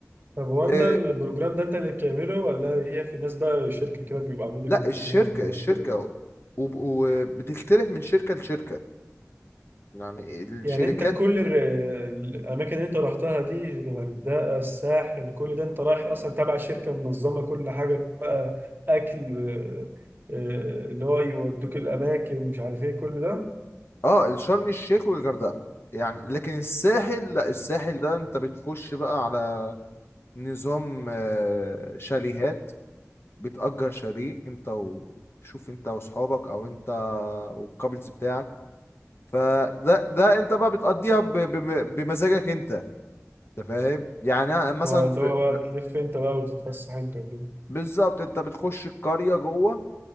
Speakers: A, on the right; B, on the left.
A: طب هو انت
B: آه،
A: البروجرام ده انت اللي بتعمله ولا هي في ناس بقى شركة كده بيبقى عاملين
B: لا
A: لك البروجرام
B: الشركة
A: وكده
B: الشركة
A: ولا ايه؟
B: وب- وبتختلف من شركة لشركة يعني الشركات
A: يعني انت كل ال- الاماكن اللي انت رحتها دي الغردقة الساحل كل ده انت رايح اصلا تابع شركة منظمة كل حاجة بقى اكل آه، آه، اللي هو يودوك الاماكن مش عارف ايه كل ده
B: اه الشرم الشيخ والغردقة يعني لكن الساحل لا الساحل ده انت بتخش بقى على نظام آه، شاليهات بتأجر شاليه انت وشوف انت واصحابك او انت والكابلز بتاعك فده ده انت بقى بتقضيها ب- ب- بمزاجك انت انت فاهم يعني أنا مثلا
A: آه، اللي
B: في
A: هو بقى
B: لا،
A: تلف انت بقى وتتفسح انت وكده
B: بالظبط انت بتخش القرية جوه